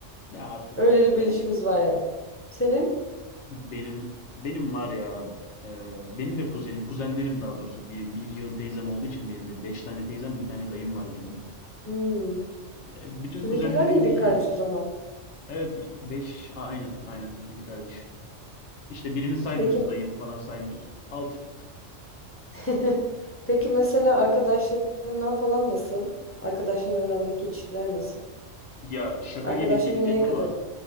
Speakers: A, on the left; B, on the left.
A: Ya artık
B: Öyle
A: yani
B: bir ilişkimiz var yani. Senin?
A: benim benim var ya e, benim de kuzenim kuzenlerim daha doğrusu bir, bir yığın teyzem olduğu için benim de 5 tane teyzem bir tane dayım var benim de.
B: Hmm.
A: E, bütün
B: Sizinkiler
A: kuzenlerimle
B: de iyiydi
A: iyiyim.
B: kardeş o zaman.
A: Evet 5 aynen aynen 7 kardeş. İşte birini saymıyoruz
B: Peki
A: dayımı falan saymıyoruz. 6.
B: <laughs> Peki mesela arkadaşlarından falan nasıl? Arkadaşların arandaki ilişkiler nasıl?
A: Ya şaka
B: Arkadaşların
A: gibi gelecek
B: neye
A: ama
B: kadar?